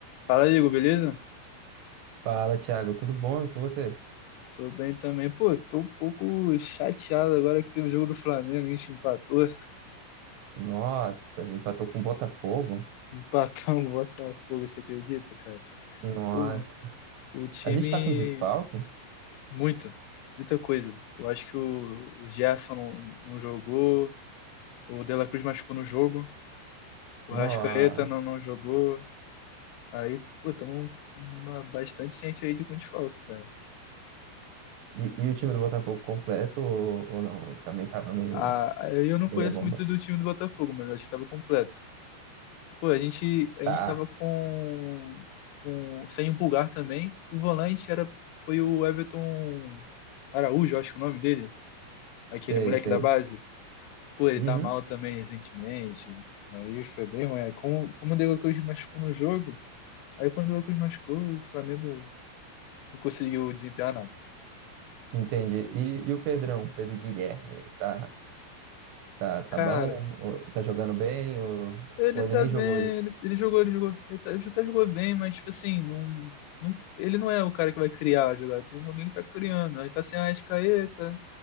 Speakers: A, on the left; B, on the right.
A: Fala, Igor, beleza?
B: Fala, Thiago, tudo bom? E com você?
A: Tô bem também. Pô, tô um pouco chateado agora que teve o jogo do Flamengo, a gente empatou.
B: Nossa, empatou com o Botafogo?
A: <laughs> Empatamos o Botafogo, você acredita, cara?
B: Nossa.
A: Pô, o time,
B: A gente tá com desfalque?
A: muito, muita coisa. Eu acho que o, o Gerson não, não jogou, o De La Cruz machucou no jogo, o
B: Nossa.
A: Arrascaeta não, não jogou. Aí, pô, tamo uma, bastante gente aí de com desfalque, cara.
B: E, e o time do Botafogo completo ou, ou não? Ele Também tava meio
A: Ah, aí eu não
B: meia
A: conheço
B: bomba.
A: muito do time do Botafogo, mas acho que tava completo. Pô, a gente, a
B: Tá,
A: gente tava com, com- sem o Pulgar também. O volante era, foi o Everton Araújo, acho que é o nome dele. Aquele
B: sei,
A: moleque
B: sei.
A: da base. Pô, ele
B: Uhum,
A: tá mal também recentemente. Aí foi bem ruim. Aí, como, como o De La Cruz machucou no jogo, aí quando o De La Cruz machucou, o Flamengo não conseguiu desempenhar nada.
B: entendi. E, e o Pedrão, Pedro Guilherme, tá, tá, tá
A: Cara,
B: bom? Ou tá jogando bem? Ou,
A: ele
B: ou
A: tá
B: ele nem
A: bem,
B: jogou hoje?
A: ele, ele jogou, ele jogou. Ele, tá, ele até jogou bem, mas, tipo assim, não, não- ele não é o cara que vai criar a jogada. Tem alguém que tá criando. Aí tá sem a Arrascaeta.